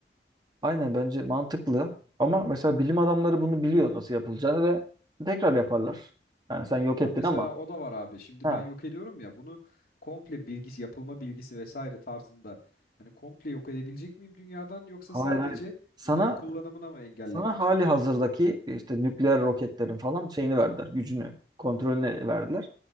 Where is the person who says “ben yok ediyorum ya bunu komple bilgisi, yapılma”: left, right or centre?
Left